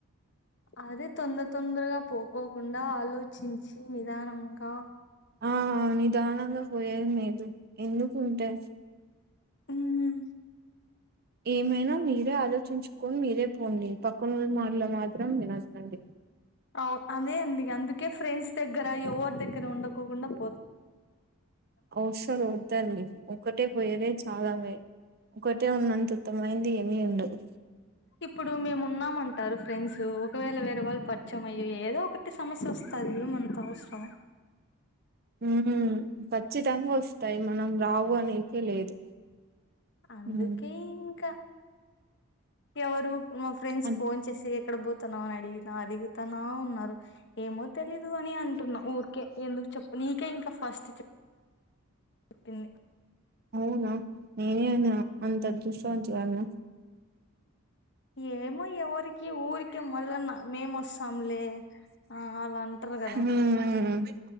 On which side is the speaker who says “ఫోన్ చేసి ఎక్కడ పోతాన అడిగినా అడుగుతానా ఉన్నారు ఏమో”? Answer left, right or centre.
Left